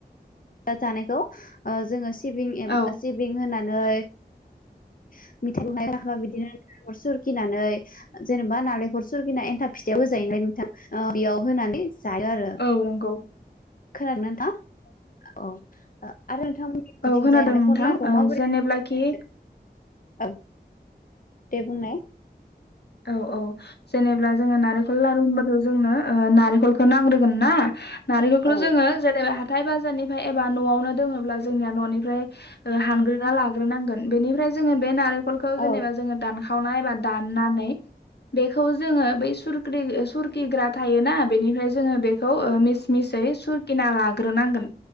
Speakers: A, on the left; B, on the left.
A: <inaudible> जानायखौ ओ जोङो सिबिं <unintelligible>
B: औ
A: ओ सिबिं होनानै <inaudible> बिदिनो नालेंखर सुरखिनानै जेनेबा नालेंखर सुरखिना एन थाब फिथायाव होजायो <unintelligible> बियाव होनानै जायो आरो
B: औ नंगौ
A: खोनादोंना नोंथाङ औ ओ आरो नोंथांमोननिथिंजाय
B: खोनादों
A: नालेंखर
B: नोंथां
A: लारुआव
B: ओ
A: माबोरै
B: जेनेब्लाखि
A: <inaudible> औ। दे बुंनाय।
B: औ औ जेनेब्ला जोङो नारेंखल लारु होनबथ' जोंनो नारेंखलखौ नांग्रोगोन ना। नारेंखलखौल'
A: औ
B: जोङो जेनेबा हा थाय बाजारनिफाय एबा न'आवनो दोङोब्ला जोंनिया न'निफ्राय हानग्रोना लाग्रोनांगोन बेनिफ्राय जोङो बे नारेंखलखौ जेनेबा
A: औ
B: जोङो दानखावनाय एबा दाननानै बेखौ जोङो बै सुरख्रि ओ सुरखिग्रा थायोना बेनिफ्राय जोङो बेखौ ओ मिस मिसै सुरखिना लाग्रोनांगोन